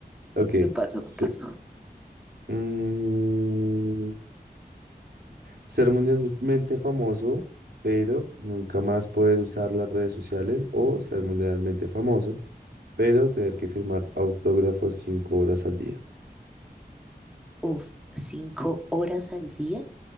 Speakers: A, on the right; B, in the centre.
A: ok.
B: Me pasó,
A: se-
B: me pasó.
A: mm, Ser mundialmente famoso, pero nunca más poder usar las redes sociales o ser mundialmente famoso, pero tener que firmar autógrafos cinco horas al día.
B: Uf, cinco horas al día